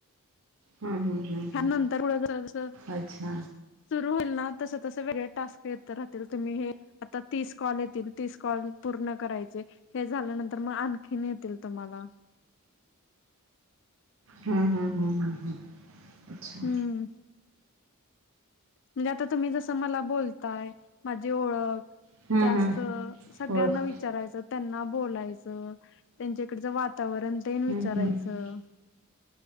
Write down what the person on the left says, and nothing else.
ह्या नंतर पुढं जर असं
सुरू होईल ना तस तस वेगळे टास्क येत राहतील तुम्ही हे आता तीस कॉल येतील तीस कॉल पूर्ण करायचे हे झाल्यानंतर मग आणखीन येतील तुम्हाला
हम्म म्हणजे आता तुम्ही जसं मला बोलताय माझी ओळख
त्यास
सगळ्यांना
वी चारायचं त्यांना बोलायचं त्यांच्या इकडचं वातावरण तेन
विचारायचं